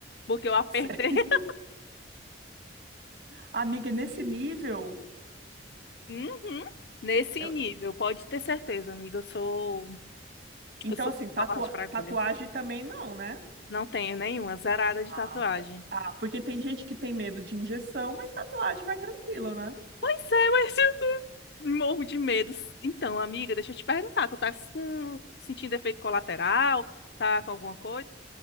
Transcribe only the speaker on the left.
Porque eu apertei.
<laughs>
Uhum. nesse
nível, pode ter certeza, amiga. Eu sou,
eu sou
covarde para agulha.
Não tenho nenhuma, zerada
de tatuagem.
Pois é, mas eu morro de medo. Então, amiga, deixa eu te perguntar, tu tá com- sentindo efeito colateral? Tá com alguma coisa?